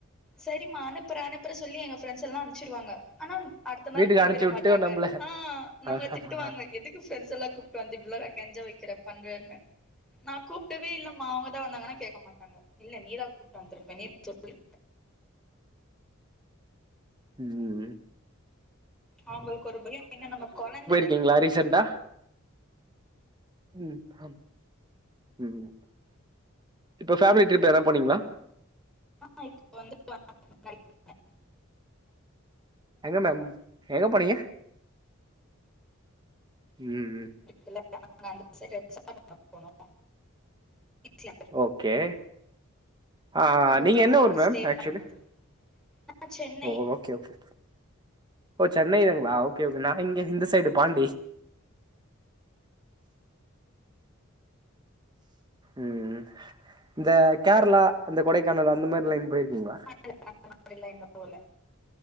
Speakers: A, in the centre; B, on the right (about 20°).
A: சேரிம்மா அனுப்புற அனுப்புற சொல்லி எங்க ஃப்ரெண்ட்ஸ் எல்லா அனுச்சுடுவாங்க ஆனா அடுத்த நாள்
B: வீட்டுக்கு
A: போயிவிட
B: அனுப்ச்சு விட்டு
A: மாட்டாங்க
B: நம்பள
A: ஆ நம்மள
B: ஆஹஹஹ
A: திட்டுவாங்க எதுக்கு ஃப்ரெண்ட் எல்லா கூப்பிட்டு வந்து இப்படலா கேஞ்ச வைக்கிற பண்றன்னு நா கூப்பிட்டுவே இல்லமா அவங்கதா வந்தாங்கன்னா கேட்க மாட்டாங்க இல்ல நீதா கூப்பிட்டு வந்திருப்ப நீ சொல்லி
B: ம்
A: அவங்களுக்கு ஒரு பயம் எங்க நம்ம கொழந்த
B: ங்களா ரீசன்டா ம் ஆ ம் இப்போ ஃபேமிலி ட்ரிப் என்ன போனீங்களா
A: ஆ இப்ப வந்து <unintelligible> முன்னாடி போன
B: எங்க மேம் எங்க போனீங்க ம் ம்
A: இல்ல நாங்க அந்த சைட் ரெஸ்டாரன்ட பக்க போனோ இட்லர்
B: ஓகே ஆ
A: அங்க
B: நீங்க
A: போய்
B: எந்த
A: ஒரு நாள்
B: ஊர் மேம்
A: ஸ்டே
B: ஆக்சுவலி
A: பண்ண மாதிரி ஆ சென்னை
B: ஓ ஓகே ஓகே ஓ சென்னை தாங்களா ஓகே நா இங்க இந்த சைடு பாண்டி ம் இந்த கேரளா அந்த கொடைக்கானல் அந்த மாரி லைன் போயிருக்கீங்களா
A: கேரளா அந்த லைன் இன்னு போல